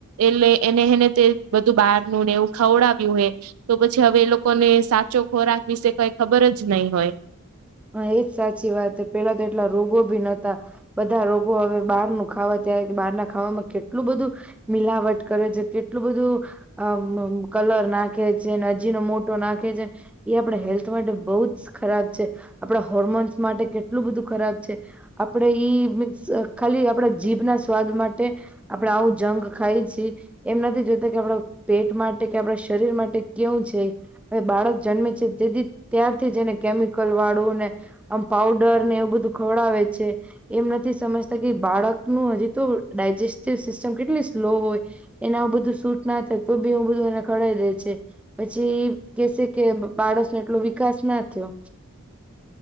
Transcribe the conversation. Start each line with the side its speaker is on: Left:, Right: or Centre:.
Right: એટલે એને હને તે બધું બહારનું ને એવું ખવડાવ્યું હોય તો પછી હવે એ લોકોને સાચો ખોરાક વિશે કઈ ખબર જ નહીં હોય
Centre: હા એજ સાચી વાત પેલા તો એટલા રોગો ભી નતા બધા રોગો હવે બહાર ન ખાવા ત્યારે બહાર ના ખાવામાં કેટલું બધું મિલાવટ કરે છે એટલું બધું અમ કલર નાખે છેને હજીનો મોટો નાખે છે એ આપડા હેલ્થ માટે બહુ જ ખરાબ છે આપડા હોર્મોન્સ માટે કેટલું બધું ખરાબ છે આપણે ઈીસ ખાલી આપડા જીભ ના સ્વાદ માટે આપડે આવું જંગ ખાય છે. એમ નથી જોતા કે આપણા પેટ માટે કે આપણા શરીર માટે કેવું છે. હવે બાળક જન્મે છે તે ત્યારથી જ એને કેમિકલ વાળું ને આમ પાઉડર ને એવું બધું ખવડાવે છે. એમ નથી સમજતા કે બાળકનું હજી તો ડાયજેસ્ટિવ સિસ્ટમ કેટલી સ્લો હોય એના બધું સૂટ ના થાય તો બી બધું એને ખઢાવી દે છે પછી કેસે કે બાડોસ નો એટલો વિકાસ ના થયો.